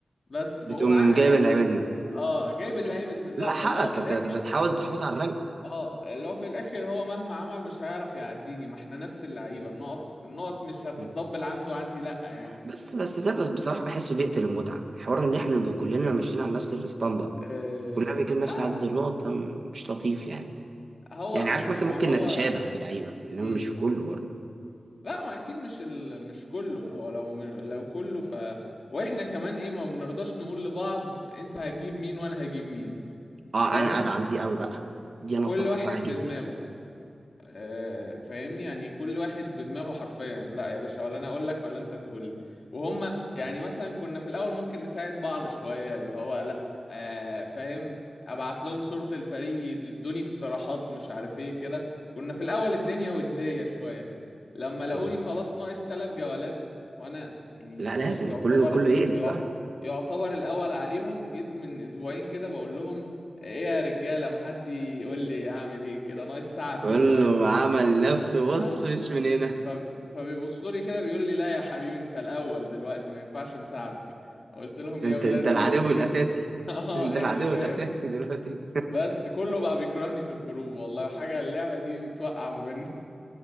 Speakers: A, on the left (about 60°); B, on the right (about 60°).
A: بس بقوم
B: بتقوم
A: ع-
B: جايب اللعيبه دي
A: اه جايب اللعيب ده
B: لا
A: فاللي
B: حقك
A: هو من الاخر
B: انت أنت بتحاول تحافظ على الرانك
A: اه اللي هو في الاخر هو مهما عمل مش هيعرف يعديني ما احنا نفس اللعيبه النقط النقط مش هتتضبل
B: مم.
A: عنده عندي لا يعني
B: بس بس ده بس بصراحه بحسه بيقتل المتعه حوار ان احنا نبقى كلنا ماشيين على نفس الاسطمبه
A: آه
B: كلنا بيجيب نفس
A: آه،
B: عدد النقط أم، مش لطيف يعني
A: هو
B: يعني
A: ما
B: عارف مثلا
A: ما
B: ممكن
A: هو
B: نتشابه في لعيبه انما
A: امم
B: مش في كله برضه
A: لا ما اكيد مش ال... مش كله هو لو لو كله ف واحنا كمان ايه ما بنرضاش نقول لبعض انت هتجيب مين وانا هجيب مين
B: اه
A: فاهم
B: انا ادعم دي قوي بقى دي انا
A: كل
B: اتفق
A: واحد
B: معاها جدا
A: بدماغه آه، فاهمني يعني كل واحد بدماغه حرفيا لا يا باشا ولا انا اقول لك ولا انت تقول لي وهم يعني
B: مم.
A: مثلا كنا في الاول ممكن نساعد بعض شوية اللي هو لا آه، فاهم ابعت لهم صورة الفريق يدوني اقتراحات مش عارف ايه كده كنا في الاول الدنيا ودية شوية لما لقوني
B: مم.
A: خلاص ناقص ثلاث جولات وانا يعني
B: لا
A: خلاص
B: لازم
A: يعتبر
B: كله كله يقلب
A: يعت-
B: بقى
A: يعتبر الاول عليهم جيت من اسبوعين كده بقول لهم ايه يا رجاله ما حد يقول لي اعمل ايه كده ناقص ساعه الديدلاين
B: كله عمل نفسه
A: ها
B: بص مش من هنا
A: ف... فبيبصوا لي كده بيقول لي لا يا حبيبي انت الاول دلوقتي ما ينفعش نساعدك قلت لهم يا
B: انت
A: ولاد
B: انت
A: الذين
B: العدو الاساسي
A: <laughs> اه
B: <laughs> انت
A: يعني
B: العدو
A: فاهم
B: الاساسي دلوقتي
A: بس كله بقى بيكرهني في الجروب والله حاجة اللعبة دي بتوقع ما بيننا